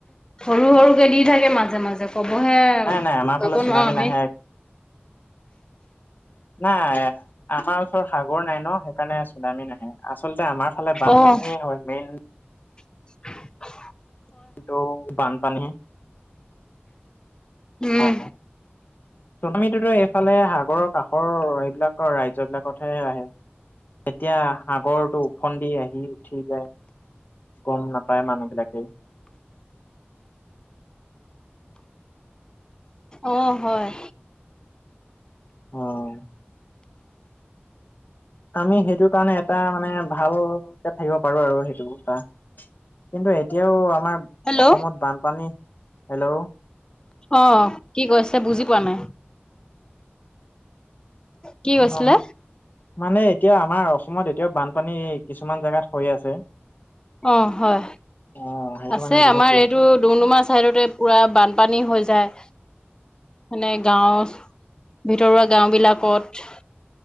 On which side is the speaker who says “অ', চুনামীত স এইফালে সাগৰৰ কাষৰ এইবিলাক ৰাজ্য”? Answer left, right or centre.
Left